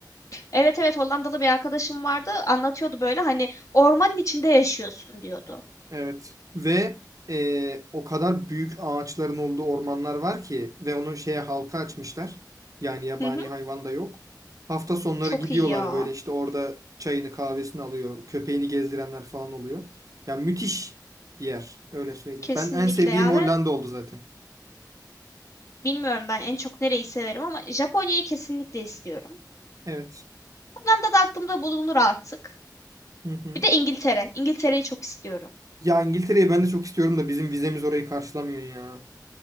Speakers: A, on the left (about 45°); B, on the right (about 50°).
A: Evet evet Hollandalı bir arkadaşım vardı anlatıyordu böyle hani ormanın içinde yaşıyorsun diyordu.
B: Evet. Ve e, o kadar büyük ağaçların olduğu ormanlar var ki ve onu şeye halka açmışlar. Yani yabani
A: Hı hı,
B: hayvan da yok. Hafta sonları
A: çok
B: gidiyorlar
A: iyi ya.
B: böyle işte orada çayını kahvesini alıyor. Köpeğini gezdirenler falan oluyor. Yani müthiş bir yer öyle söyleyeyim.
A: Kesinlikle
B: Ben en sevdiğim
A: ya
B: Hollanda
A: ve
B: oldu zaten.
A: bilmiyorum ben en çok nereyi severim ama Japonya'yı kesinlikle istiyorum.
B: Evet.
A: Hollanda da aklımda bulunur artık.
B: Hı hı.
A: Bir de İngiltere. İngiltere'yi çok istiyorum.
B: Ya İngiltere'yi ben de çok istiyorum da bizim vizemiz orayı karşılamıyor ya.